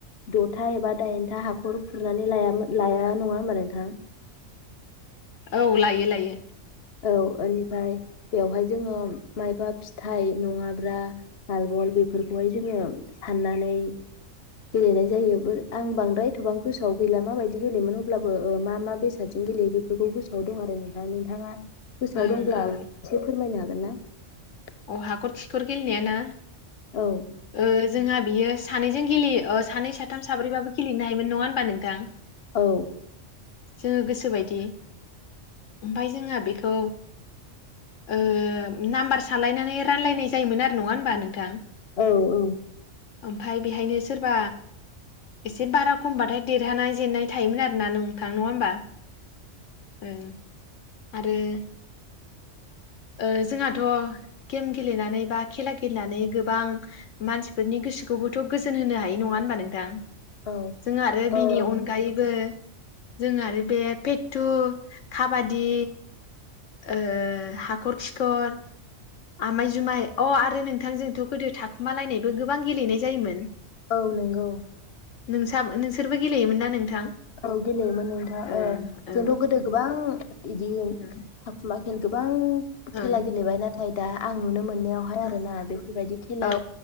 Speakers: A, on the left; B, on the left.
A: दथा एबा दाइनथा हाखर खुरनानै लाया नङा होमबा नोंथां?
B: औ लायो लायो।
A: औ ओनिफ्राय बेवहाय जोङो मायबा फिथाइ नङाब्रा नालबल बेफोरखौहाय जोङो साननानै गेलेनाय जायो आं बांद्राय थबां गोसोआव गैला माबायदि गेलेयोमोन अब्लाबो ओ मा मा बेसादजोंं गेलेयो बेफोरखौ गोसोआव दं आरो नोंथां नोंथाङा गोसोआव
B: ओं
A: दंब्ला
B: औ
A: एसे फोरमायनो हागोन <unintelligible>
B: अ हाखर खिखर गेलेनाय ना
A: औ
B: ओ जोंहा बियो सानैजों गेलेयो सानै साथाम साब्रैबाबो गेलेनो हायो नोमोन नङा होनबा नोंथां
A: औ
B: जोङो गोसोबायदि ओफाय जोंहा बेखौ ओ नाम्बार सानलायनानै रानलायनाय जायोमोन आरो नङा होमबा नोंथां
A: औ औ
B: ओमफाय बेहायनो सोरबा एसे बारा खमबाथाय देरहानाय जेननाय थायोमोन आरोना नोंथां नङा होमबा ओ आरो ओ जोंहाथ' गेम गेलेनानै बा खेला गेलेनानै गोबां मानसिफोरनि गोसोखौबोथ' गोजोन होनो हायो नङा होनबा नोंथां
A: औ
B: जों आरो
A: औ
B: बिनि अनगायैबो जों आरो बे फेटटु खाबादि ओ हाखर खिखर आमाय जुमाय अह आरो नोंथां जोंथ' गोदो थाखुमालायनायबो गोबां गेलेनाय जायोमोन
A: औ नंगौ
B: नोंसा नोंसोरबो गेलेयोमोन ना नोंथां
A: औ गेलेयोमोन नोंथाङा
B: ओं
A: ओ
B: औ
A: जोंथ' गोदो गोबां बिदि
B: ओं
A: थाखुमा खेल गोबां
B: ओं
A: खेला गेलेबाय नाथाइ दा आं नुनो मोन नायावहाय आरो
B: ओं
A: ना बेफोरबायदि खेला
B: औ